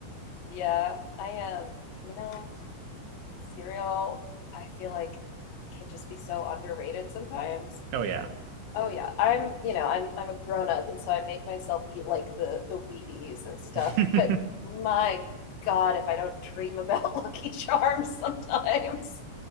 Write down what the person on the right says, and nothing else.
<laughs> Oh yeah.
<laughs> I'm